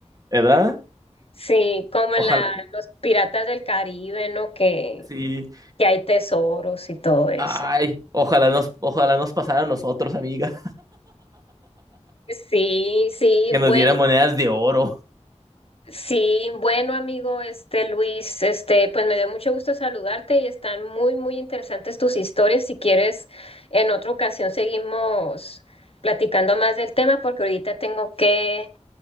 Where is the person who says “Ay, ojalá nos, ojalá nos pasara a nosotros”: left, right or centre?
Right